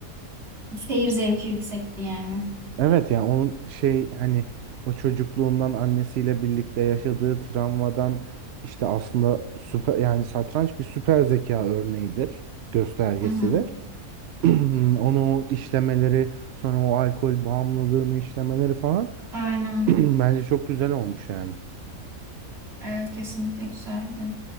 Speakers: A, on the right; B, on the right.
A: seyir zevki yüksekti yani.
B: Evet yani onun şey hani o çocukluğundan annesiyle birlikte yaşadığı travmadan işte aslında süper yani satranç bir süper zeka örneğidir, göstergesidir.
A: Hı hı.
B: <clears throat> Onu o işlemeleri, sonra o alkol bağımlılığını işlemeleri falan
A: Aynen.
B: <clears throat> bence çok güzel olmuş yani.
A: Evet kesinlikle güzeldi.